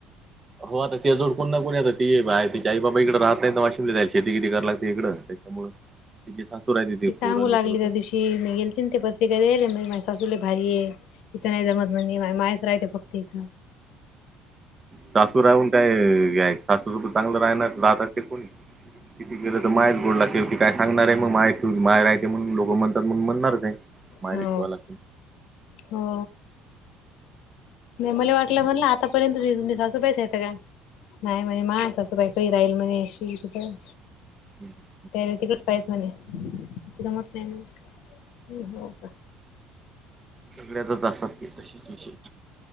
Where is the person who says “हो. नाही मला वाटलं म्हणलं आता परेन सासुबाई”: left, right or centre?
Left